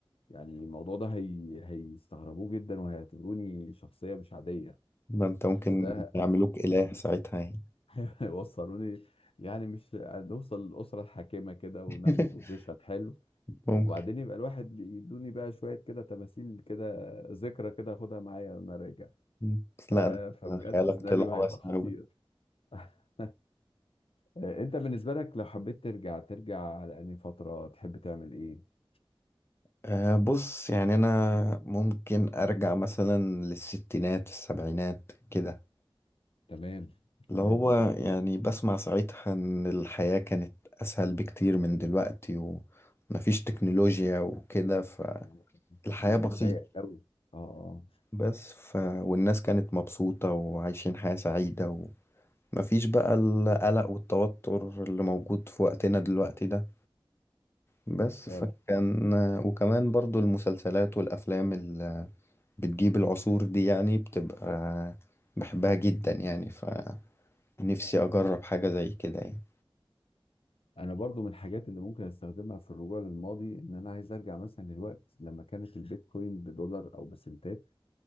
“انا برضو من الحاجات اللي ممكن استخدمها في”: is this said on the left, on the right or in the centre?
Left